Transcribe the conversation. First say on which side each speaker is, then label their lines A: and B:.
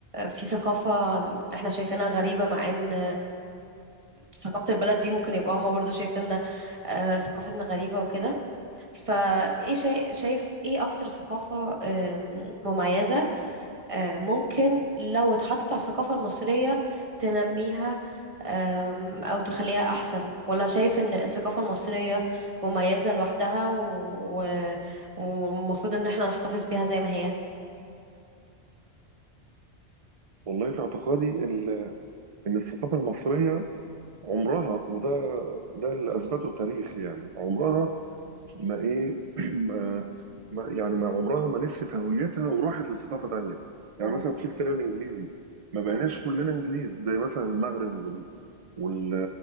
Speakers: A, on the right (about 30°); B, on the right (about 50°).
A: في ثقافة احنا شايفينها غريبة مع ان ثقافة البلد دي ممكن يبقى هما برضو شايفيننا آه، ثقافتنا غريبة وكده فايه شايف شايف ايه اكتر ثقافة آم، مميزة آه، ممكن لو اتحطت على الثقافة المصرية تنميها آم، أو تخليها أحسن ولا شايف إن الثقافة المصرية مميزة لوحدها و- و- والمفروض إن احنا نحتفظ بيها زي ما هي
B: والله في اعتقادي ال- إن الثقافة المصرية عمرها وده ده اللي اثبته التاريخ يعني عمرها ما ايه <clears throat> ما ما- يعني ما عمرها ما نسيت هويتها وراحت لثقافه تانيه يعني
A: مهم،
B: مثلا في احتلال انجليزي ما بقيناش
A: مهم،
B: كلنا انجليز زي مثلا المغرب وال وال